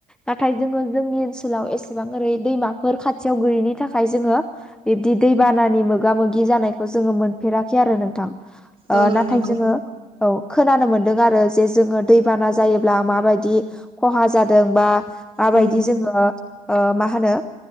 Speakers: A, in the centre; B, on the right.
A: नाथाय जोङो जोंनि ओनसोलाव एसेबां ओरै दैमाफोर खाथियाव गैयैनि थाखाय जोङो बिबदि दैबानानि मोगा मोगि जानायखौ जोङो मोनफेरा खै आरो नोंथां ओ
B: औ
A: नाथाय
B: नंगौ
A: जोङो औ खोनानो मोनदों आरो जे जोङो दैबाना जायोब्ला माबायदि खहा जादों बा माबायदि
B: उम
A: जोङो ओ मा होनो